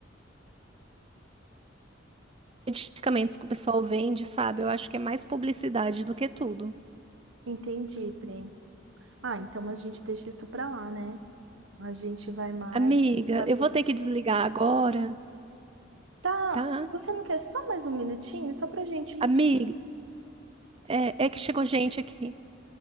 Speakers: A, on the right (about 30°); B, on the right (about 85°).
A: Medicamentos que o pessoal vende, sabe? Eu acho que é mais publicidade do que tudo.
B: Entendi, Pri. Ah, então a gente deixa isso pra lá, né? A gente vai mais
A: Amiga,
B: fazendo.
A: eu vou ter que desligar agora,
B: Tá,
A: tá?
B: você não quer só mais um minutinho? Só pra gente.
A: Amiga, é, é que chegou gente aqui.